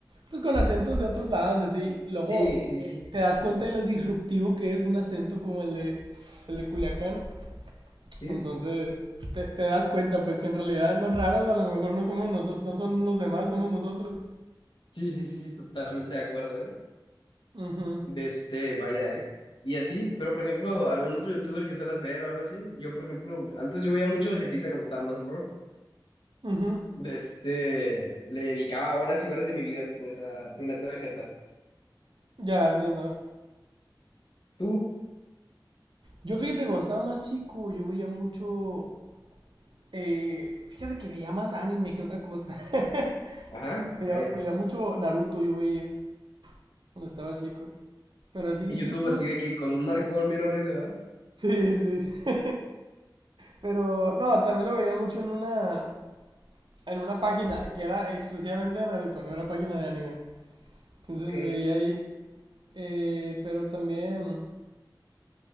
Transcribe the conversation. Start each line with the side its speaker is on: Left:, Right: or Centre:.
Right: pues, con acentos de otros lados y así, luego
Left: sí, sí,
Right: eh,
Left: sí,
Right: te das cuenta de lo disruptivo que es un acento como el de, el de Culiacán.
Left: sí,
Right: Entonces, te, te das cuenta, pues, que en realidad los raros a lo mejor no somos noso- no son los demás, somos nosotros.
Left: sí, sí, sí, sí, totalmente de acuerdo, ¿eh?
Right: Ujú,
Left: De este, vaya, ¿eh? Y así, pero por ejemplo, algún otro youtuber que suelas ver o algo así, yo por ejemplo, antes yo veía mucho Vegetita cuando estaba más morro.
Right: ujú.
Left: de este, le dedicaba horas y horas de mi vida, pues, a Planeta Vegeta.
Right: Ya, entiendo.
Left: Tú,
Right: Yo fíjate, cuando estaba más chico, yo veía mucho. eh, fíjate que veía más anime que otra cosa. <laughs>
Left: ajá,
Right: Veía,
Left: vaya.
Right: veía mucho Naruto, yo veía cuando estaba chico. Pero así de
Left: En YouTube,
Right: YouTube.
Left: así de que con un marcón
Right: eh,
Left: bien
Right: <laughs>
Left: horrible, ¿verdad?
Right: sí, sí. Pero no, también lo veía mucho en una, en una página que era exclusivamente de Naruto, no era página de anime. Entonces
Left: Ok.
Right: veía ahí. eh, pero también